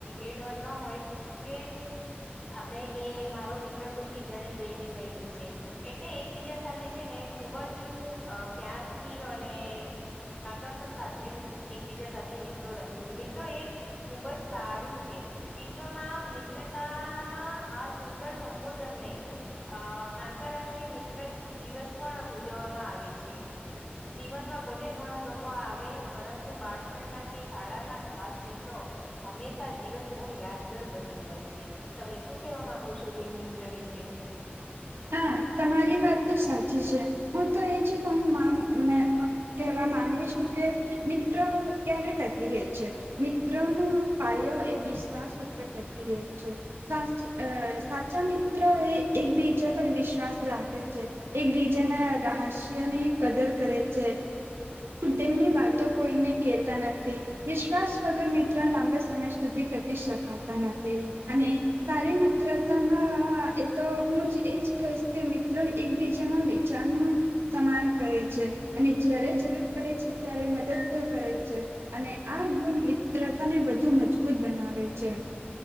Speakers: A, on the left; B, on the right.
A: એ ડર ના હોય કે આપણે એ મારો મિત્ર કોઈ બી બીજાને જઈને કહી દેશે. એટલે એકબીજા સાથે છે ને ખૂબ જ અ પ્યારથી અને અઅઅ આગળ પણ સાથે એકબીજા સાથે મિત્રો રહે છે. મિ જો એ ખુબ જ સારું છે. વિશ્વમાં મિત્રતાના આ સુંદર સંબોધનને અ આંતરરાષ્ટ્રીય મિત્ર દિવસ પણ ઉજવવામાં આવે છે. જીવનમાં ભલે ઘણા લોકો આવે, પરંતુ બાળપણના કે શાળાના ખાસ મિત્રો હંમેશા જીવનભર યાદગર બની જાય છે. તમે શું કેવા માંગો છો? બે મિત્ર વિશે.
B: હા તમારી વાત તો સાચી છે. હું તો એ છે કે હમ્મ માં મે કહેવા માંગુ છું કે મિત્રો ક્યારે ટકી રહેે છે? મિત્રનો પાયો એ વિશ્વાસ ઉપર ટકવી રહે છે. સા અઅઅ સાચા મિત્ર એ એકબીજા પર વિશ્વાસ રાખે છે. એકબીજા ના રહાસ્ય ની કદર કરે છે. તેમની વાતો કોઈને કેતા નથી. વિશ્વાસ વગર મિત્રો લાંબા સમય સુધી ટકી શકાતા નથી અને સારી મિત્રતામાં એ તો હું જ એજ કશ કે મિત્રને એકબીજાના વિચારનું સમાન કહે છે અને જ્યારે જરૂર પડે છે ત્યારે મદદ કરે છે. અને આ ગુણ મિત્રતાને વધુ મજબૂત બનાવે છે.